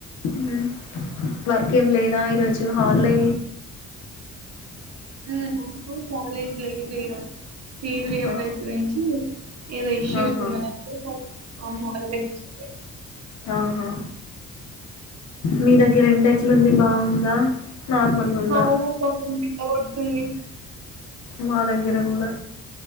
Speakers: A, on the left (about 70°); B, on the right (about 55°).
A: మ్ వర్క్ ఏం లేదా
B: హ్మ్.
A: ఈరోజు హాల్లే
B: మ్ నాకు కాలేజ్ లేదు ఈరోజు ఫీస్ రియింబుర్సు్మెంట్
A: ఆ
B: ఏదో ఇష్యూస్
A: ఆహా
B: ఉన్నయంటే అహ హాలిడే ఇచ్చిర్
A: ఆహా మీ దగ్గర ఎండ ఎట్లుంది బాగుందా నార్మల్గా ఉందా
B: అవునక్క ఫుల్ ఎండకొడుతుంది
A: మా దగ్గర కూడా